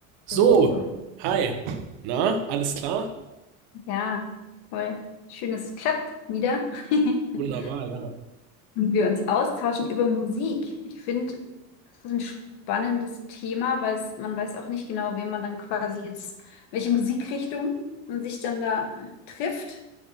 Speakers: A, on the right; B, on the left.
A: So,
B: So,
A: hi. Na, alles klar?
B: ja, toll. Schön, dass es klappt wieder. <laughs>
A: Wunderbar, ja.
B: Und wir uns austauschen über Musik. Ich finde, das ist ein spannendes Thema, weil es, man weiß auch nicht genau, wen man dann quasi jetzt, welche Musikrichtung man sich dann da äh, trifft.